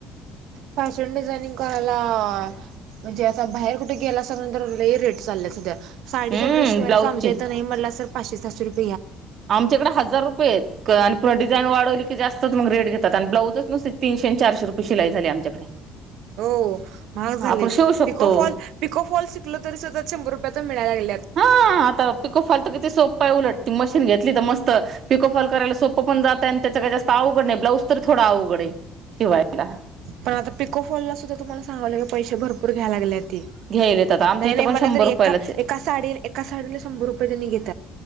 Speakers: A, on the right; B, on the right.
A: फॅशन डिझायनिंग करायला म्हणजे आता बाहेर कुठे गेयला असगंतर रेट चाललाय सध्या.. साडीचा
B: हम्म
A: ड्रेस शिवायला
B: ब्लाउजची
A: चांपलं तर नाहीटला सर पाचे सहाशे रुये..
B: आमच्याकडे हजार रुपये आहेत. पूर्ण डिझईन वाढवली की जास्तच मग रेट घेतात आणि ब्लाउजच नसती तीनशे चारशे रुपयेिई झाली आमच्याकडे
A: हो महाग झाले
B: आपण शिवू शकतो
A: पिकोफॉल पिकोफॉल शिकल तरी सतत शंभर रुपया तर मिळायला लागे
B: हा आता पिको फालतो क सोप्पा आहे उलट ती मशीन घेतली तर मत पिकोफल करायला सोपं पण जातं आणि त्याच्या काही जास्त अवघड नाही ब्लाउ थोडा अवघडे शिवायला
A: पण आता पिकोफोनला सुद्धा तुम्हाला सांगावलं की पैसे भरपूर घ्याय लागले ते
B: घ्यायला येतात आमच्या
A: नाही
B: इथं
A: नाही
B: पण
A: मला
B: शंभर
A: तर एका
B: रुपयालाच आहे
A: एका साडी एका साडीला शंभर रुपये त्यांनी घेतले